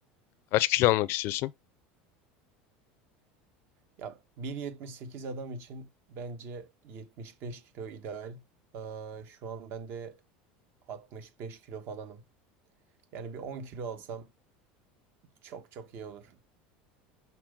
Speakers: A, on the left; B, on the right.
A: Kaç kilo almak istiyorsun?
B: Ya 1.78 adam için bence 75 kilo ideal. Ee, şu an ben de 65 kilo falanım. Yani bir 10 kilo alsam Çok çok iyi olur.